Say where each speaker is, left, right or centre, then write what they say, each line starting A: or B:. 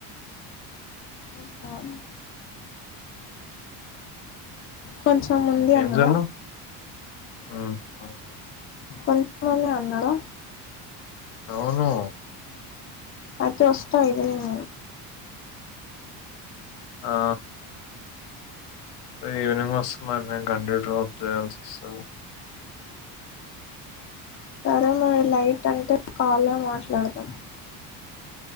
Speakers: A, on the left; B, on the left.
A: అప్పం కొంచెం ముందే
B: ఏం
A: అన్నాడా
B: జన్నావ్ ఉమ్ అవును
A: కొంతమంది అన్నాడా
B: అవును
A: మతో వాస్తవ ఈవినింగ్
B: ఆ ఈవినింగ్ వస్త మరి నే కం డ్రాప్ చేయాల్సి వస్తావు
A: సరే మరి లైట్ అంటే కాలే మాట్లాడదాం